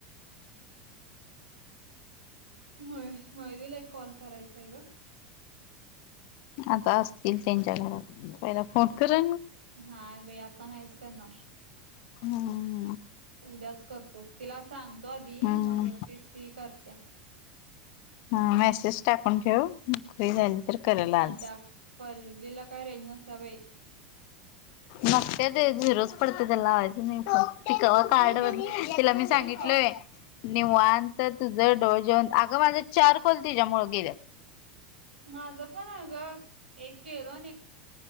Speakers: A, on the right; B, on the left.
A: व्हयं वैदिला एक कॉल करायचांय ग
B: आता असतील त्यांच्या घरात पहिला फोन कर
A: नाही बाई आता नाहीच करणार
B: हम्म.
A: उद्याच करतो तिला सांगतो आधी
B: हम्म
A: मग तीच ती करत्या
B: ह मेसेज टाकून ठेव फ्री झाली तर करेल आज
A: आणत्या पल्लु बिला काय रेंज नसते बाई
B: नक्की ते झिरोज पडते त्या लावायचं नाही पण पिकवा कार्ड
A: अगं माझे
B: तिला मी सांगितलय
A: एक कॉल
B: निवान तर तुझं डोळजेऊन अगं माझं चार कॉल तिच्या मुळं गेले.
A: माझं पण अ गं एक केलं